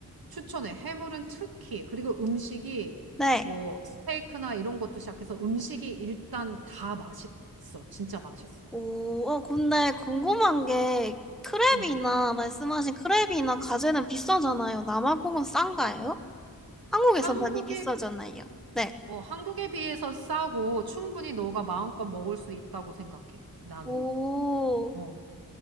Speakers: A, on the right; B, in the centre.
A: 추천해. 해물은 특히 그리고 음식이
B: 네.
A: 뭐 스테이크나 이런 것도 시작해서 음식이 일단 다 맛있어. 진짜 맛있어.
B: 오, 어, 근데 궁금한 게 크랩이나
A: 음.
B: 말씀하신 크랩이나 가재는 비싸잖아요. 남아공은 싼가요? 한국에서
A: 한국에
B: 많이 비싸잖아요. 네.
A: 어, 한국에 비해서 싸고 충분히 너가 마음껏 먹을 수 있다고 생각해. 나는.
B: 오,
A: 어.